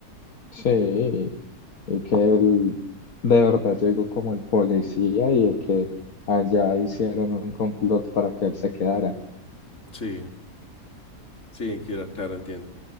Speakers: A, on the left (about 75°); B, on the left (about 55°).
A: Sí, y que él de verdad llegó como el policía y que allá hicieron un complot para que él se quedara.
B: Sí, sí, quiera- claro, entiendo.